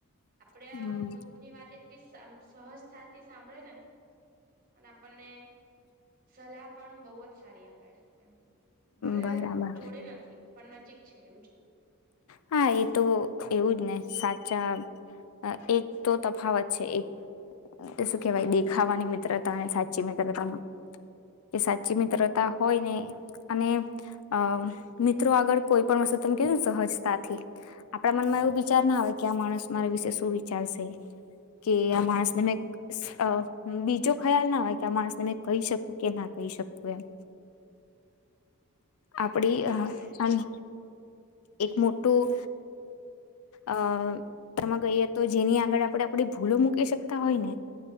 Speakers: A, on the right; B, on the left.
A: આપડે
B: હમ
A: દુઃખ ની વાત સહજ થાય થી સાંભળે ને અને આપણને સલાહ પણ બહુ જ સારી આપે એ ભલે
B: બરાબર
A: જોડે નથી પણ નજીક છે એવું છે
B: હા! એ તો એવું જ ને સાચ ચા એક તો તફાવત છે એક શું
A: હમ
B: કેવાય દેખાવાની મી ત્રતા ને સાચી મિત્રતામાં. કે, સાચી
A: હા
B: મિત્રતા હોય ને અને અ મિત્રો આગળ કોઈ પણ હસુ તમ કે સહસતાથી આપણા મનમાં એવું વિચાર
A: હમ
B: ના આવે કે, આ માણસ મારા વિશે શું વિચારશે? કે આ
A: હા
B: માણસને મે અ બીજો ખયાલ ના આવે કે આ માણસને મેં કઈ શકું કે ના કઈ શકું એમ. આપડી અહ
A: એજ ને
B: હન એક મોટું અ ત્રમાં કહીએ તો જેની આગળ આપણે આપણી ભૂલો મૂકી શકતા હોય ને